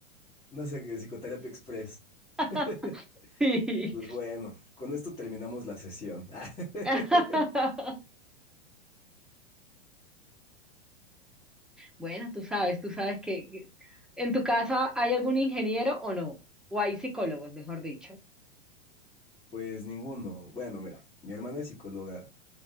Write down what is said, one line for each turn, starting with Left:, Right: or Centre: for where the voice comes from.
Left: Una sé, psicoterapia express.
Centre: <laughs>
Left: <laughs>
Centre: sí
Left: Pues bueno, con esto terminamos la sesión. <laughs>
Centre: <laughs> Bueno, tú sabes, tú sabes que que en tu casa hay algún ingeniero o no, o hay psicólogos, mejor dicho.
Left: Pues ninguno. Bueno, mira, mi hermana es psicóloga,